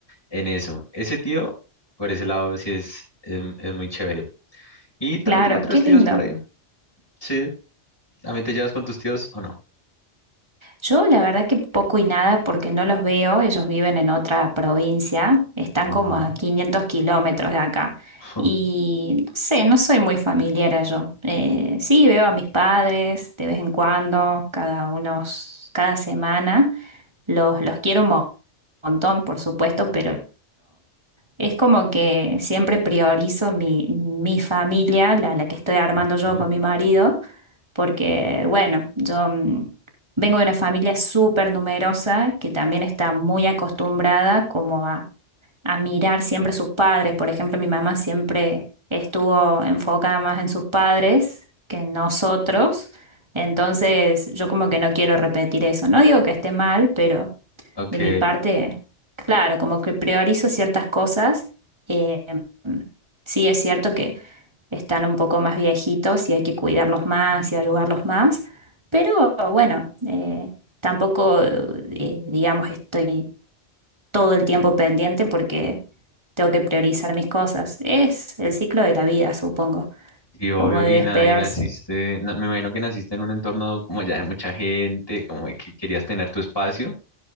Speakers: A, on the left; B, on the right.
A: en eso. Ese tío, por ese lado, sí es, es, es muy chévere. Y también
B: Claro,
A: tengo otros
B: qué
A: tíos
B: lindo.
A: por ahí, sí, ¿también te llevas con tus tíos o no?
B: Yo la verdad que poco y nada porque no los veo, ellos viven en otra provincia, están
A: Ajá.
B: como a 500 kilómetros de acá
A: <laughs>
B: y no sé, no soy muy familiar yo. Eh, sí, veo a mis padres de vez en cuando, cada unos, cada semana, los, los quiero montón, por supuesto, pero es como que siempre priorizo mi, mi familia, la, la que estoy armando
A: Ujú.
B: yo con mi marido, porque, bueno, yo mm, vengo de una familia súper numerosa que también está muy acostumbrada como a, a mirar siempre sus padres. Por ejemplo, mi mamá siempre estuvo enfocada más en sus padres que en nosotros. Entonces, yo como que no quiero repetir eso. No digo que esté mal, pero
A: Ok.
B: de mi parte, claro, como que priorizo ciertas cosas. eh, sí es cierto que están un poco más viejitos y hay que cuidarlos más y ayudarlos más, pero bueno, eh, tampoco, eh, digamos, estoy todo el tiempo pendiente porque tengo que priorizar mis cosas. Es el ciclo de la vida, supongo,
A: Sí, obvio,
B: como de
A: y
B: despegarse.
A: nada, y naciste, na- me imagino que naciste en un entorno como ya de mucha gente, como de que querías tener tu espacio.